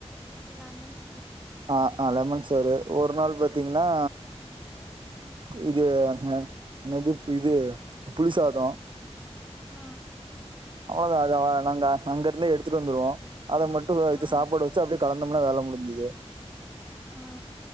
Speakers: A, in the centre; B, on the right.
A: லெமன் சோறு
B: ஆ அ லெமன் சோறு ஒரு நாள் பாத்தீங்கன்னா இது அ என்னது இது புளி சாதோ
A: ஆ
B: அவ்ளோதா அத நாங்க அங்க இருந்தே எடுத்துட்டு வந்துடுவோ அத மட்டு வெ இது
A: ஆ
B: சாப்பாடு வச்சு அப்டியே கலந்தோம்னா வேல முடிஞ் ந்தது
A: ஆ